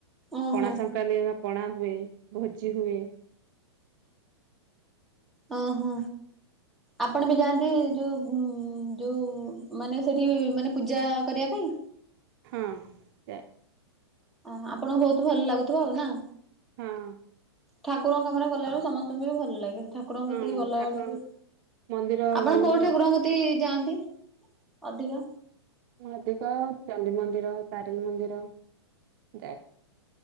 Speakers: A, in the centre; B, on the right.
A: ଓହୋ
B: ପଣା ସଂକ୍ରାନ୍ତି ପଣା ହୁଏ, ଭୋଜି ହୁଏ।
A: ଓ ହୋ ଆପଣ ବି ଯାଆନ୍ତି ଯୋଉ, ଯୋଉ, ମାନେ ସେଠି ମାନେ ପୂଜା କରିବା ପାଇଁ?
B: ହଁ ।
A: ଓହ, ଆପଣଙ୍କୁ ବହୁତ ଭଲ ଲାଗୁଥିବ ଆଉ ନା
B: ହଁ ।
A: ଠାକୁରଙ୍କ କାମରେ ଗଲାବେେଳେ ସମସ୍ତଙ୍କୁ ବି ଭଲ ଲାଗେ । ଠାକୁରଙ୍କ
B: ହଁ
A: କତିକି ଗଲା
B: ଠାକୁରଙ୍କ
A: ବେଳକୁ,
B: ମନ୍ଦିର
A: ଆପଣ
B: ଗଲେ
A: କୋଉ ଠାକୁରଙ୍କତି ଯାଆନ୍ତି? ଅଧିକା।
B: ଅଧିକ ଚଣ୍ଡୀ ମନ୍ଦିର, ତାରିଣୀ ମନ୍ଦିର ଯା